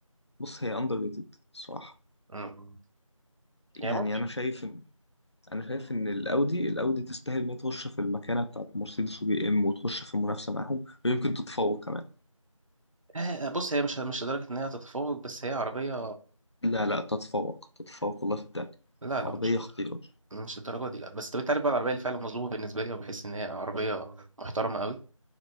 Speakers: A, on the left; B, on the right.
A: بص هي أندر ريتد الصراحة
B: مم.
A: يعني
B: يعني ممكن
A: أنا شايف إن أنا شايف إن الأودي الأودي تستاهل إن هي تخش في المكانة بتاعت مرسيدس وبي إم وتخش في المنافسة معاهم ويمكن تتفوق كمان
B: آه، بص هي مش مش لدرجه ان هي هتتفوق بس هي عربيه
A: لا لا تتفوق تتفوق والله في الدنيا
B: لا لا
A: عربية
B: مش
A: خطيرة
B: مش الدرجه دي لا بس طب انت عارف بقى العربيه اللي فعلا مظلومه بالنسبه لي وبحس ان هي عربيه محترمه قوي